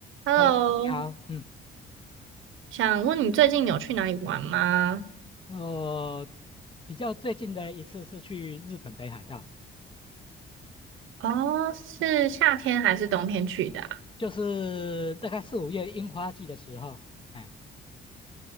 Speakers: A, on the right; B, on the left.
A: Hello，
B: Hello，你好，嗯，
A: 想问你最近有去哪里玩吗？
B: 我比较最近的一次是去日本北海道，
A: 哦，是夏天还是冬天去的啊
B: 就是大概四五月樱花季的时候，哎，